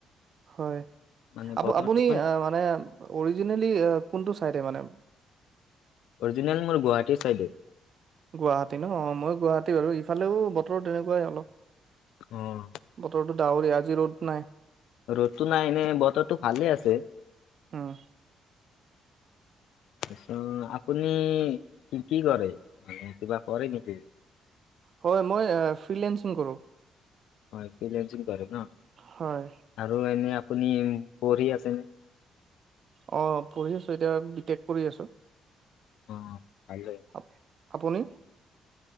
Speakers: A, on the right (about 55°); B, on the left (about 80°).
A: হয়
B: মানে
A: আপুনি
B: বতৰটো
A: আপুনি মানে অৰিজিনেলি কোনটো চাইডে মানে
B: অৰিজিনেল মোৰ গুৱাহাটী চাইডে
A: গুৱাহাটী ন অ মই গুৱাহাটী বাৰু ইফালেও বতৰ তেনেকুৱাই অলপ
B: অ'
A: বতৰো ডাৱৰীয়া আজি ৰ'দ নাই
B: ৰ'দতটো নাই এনেই বতৰটো ভালে আছে।
A: উম
B: তাৰপাছত আপুনি কি কি কৰে কিবা কৰে নেকি?
A: হয় মই ফ্ৰসিং কৰো
B: হয় ফ্ৰসিং কৰে ন
A: হয়
B: আৰু এনে আপুনি পঢ়ি আছেনে
A: অ', পঢ়ি আছোঁ এতিয়া বি টেক কৰি আছোঁ।
B: অ', ভালে
A: আ আপুনি